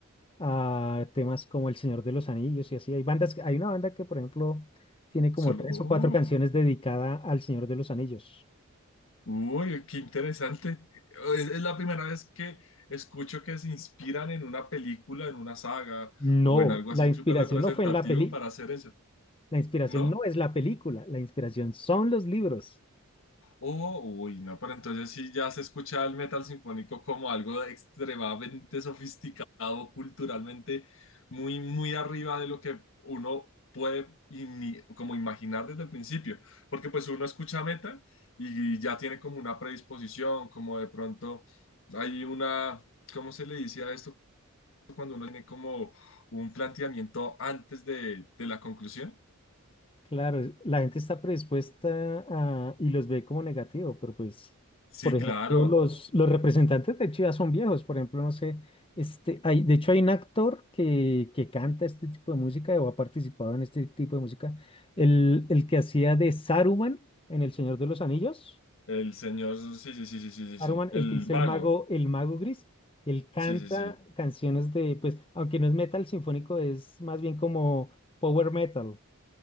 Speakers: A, on the left; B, on the left.
A: a temas como El Señor de los Anillos y así. Hay bandas, que- hay una banda que, por ejemplo, tiene como
B: solo.
A: tres
B: oh,
A: o cuatro canciones dedicada al Señor de los Anillos.
B: uy, qué interesante. Es, es la primera vez que escucho que se inspiran en una película, en una saga
A: No,
B: o en algo
A: la
B: así
A: inspiración
B: súper representativo
A: no fue en la peli,
B: para hacer eso,
A: la inspiración
B: ¿no?
A: no es la película, la inspiración son los libros.
B: Oh, uy, no, pero entonces sí ya se escucha el metal sinfónico como algo de extremadamente sofisticado culturalmente, muy, muy arriba de lo que uno puede y ni- como imaginar desde el principio, porque pues uno escucha metal y ya tiene como una predisposición, como de pronto hay una, ¿cómo se le dice a esto cuando uno tiene como un planteamiento antes de, de la conclusión?
A: Claro, es- la gente está predispuesta a, y los ve como negativo, pero pues, por
B: Sí,
A: ejemplo,
B: claro,
A: los, los representantes de Chivas son viejos, por ejemplo, no sé, este, hay, de hecho hay un actor que, que canta este tipo de música o ha participado en este tipo de música, el, el que hacía de Saruman en El Señor de los Anillos,
B: el señor, sí, sí, sí, sí, sí, sí,
A: Saruman,
B: sí, el
A: el que es
B: mago.
A: el mago, el mago gris, él canta
B: Sí, sí, sí.
A: canciones de, pues, aunque no es metal sinfónico, es más bien como power metal.